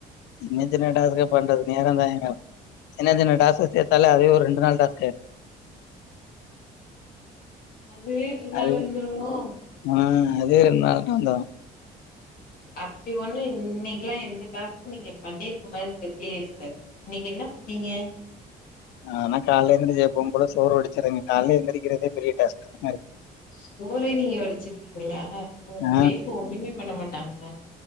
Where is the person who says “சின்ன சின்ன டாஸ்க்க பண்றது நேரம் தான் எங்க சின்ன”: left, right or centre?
Left